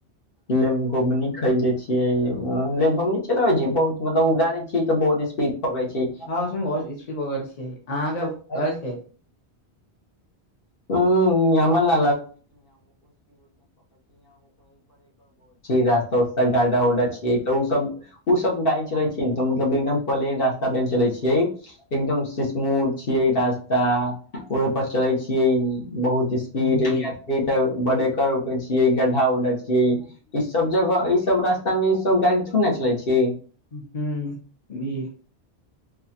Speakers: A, on the left; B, on the left.
A: लेमोब खरीले छीय चलाबे छी बहुत मतलब गाड़ी छी तऽ बहुत स्पीड कै छी
B: हँ उसमे बहुत स्पीड पकड़ल छियै अहाँके पकड़ल
A: <unintelligible>
B: छियै
A: <unintelligible> <unintelligible> बल रास्ता उास्ता गा्डा उडा छी तऽ ओ सब ओ सब गाड़ी चल छै मतलब एकदम पलेन रास्ता पे चलै छियै एकदम स्मूथ छियै रास्ता ओहि पर चले छियै बहुत अभी
B: जी
A: त ब्रेकर उकर छीयै गड्ढा उड्ढा छीयै ई सब जगह ई सब रास्ता में ई सब गाड़ी थोड़े ने चले छै
B: हू इ